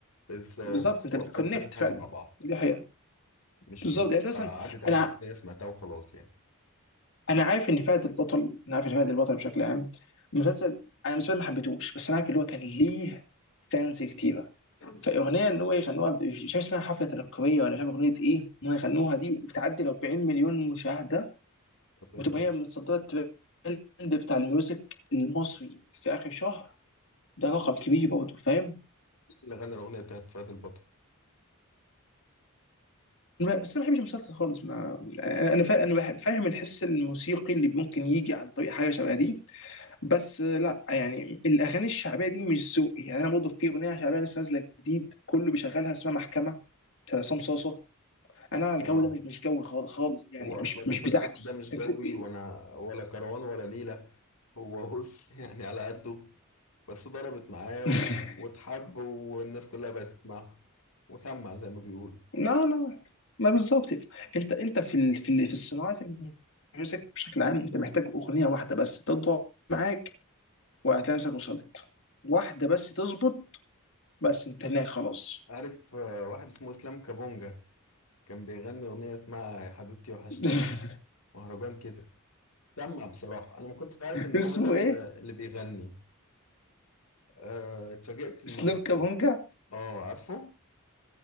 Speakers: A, on the left; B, on the left.
A: بس هو
B: بالظبط انت بتكونكت
A: بتوصل كذا
B: فعلا
A: حاجة مع بعض
B: دي حقيقه
A: مش
B: بالظبط
A: اللي هو
B: يعني انت مثلا
A: عدت عليك
B: انا ع-
A: أغنية سمعتها وخلاص يعني
B: انا عارف ان فهد البطل انا عارف ان فهد البطل بشكل عام المسلسل انا بالنسبه لي ما حبيتهوش بس انا عارف اللي هو كان ليه فانز كتيره فاغنيه ان هو يغنوها مش عارف اسمها حفله تنكريه ولا مش عارف اغنيه ايه ان هو يغنوها دي وتعدي ال 40 مليون مشاهده
A: فاهم
B: وتبقى هي من صدرات الترند بتاع الميوزك المصري في اخر شهر ده رقم كبير برضه فاهم
A: اللي غنى الأغنية بتاعت فهد البطل
B: بس انا ما بحبش المسلسل خالص ما انا أنا فاهم انا بحب- فاهم الحس الموسيقي اللي ممكن يجي عن طريق حاجه شبه دي بس آه، لا يعني الاغاني الشعبيه دي مش ذوقي يعني انا برضه في اغنيه شعبيه لسه نازله جديد كله بيشغلها اسمها محكمه بتاع عصام صاصه انا الجو
A: اه
B: ده مش مش جوي خالص خالص يعني
A: هو أصلا
B: مش مش
A: حسين
B: بتاعتي
A: حط ده مش
B: <laughs>
A: جوي
B: انت بتحب ايه
A: وأنا ولا كروان ولا نيلة هو بص <laughs> يعني على قده بس ضربت معاه
B: <laughs>
A: و- واتحب والناس كلها بقت تسمعه وسمع زي ما بيقولوا
B: لا لا ما بالظبط انت انت في ال... في ال... في الصناعه الميوزك بشكل عام انت محتاج اغنيه واحده بس تضرب معاك وهتلاقي نفسك وصلت واحده بس تظبط بس انت هناك خلاص
A: عارف آه، واحد اسمه إسلام كابونجا كان بيغني أغنية اسمها يا حبيبتي وحشتيني
B: <laughs>
A: مهرجان كده سمع بصراحة أنا ما كنتش عارف إن
B: اسمه
A: هو ده اللي
B: ايه؟
A: اللي بيغني آه، اتفاجئت إن
B: اسلام
A: هو
B: كابونجا؟
A: آه عارفه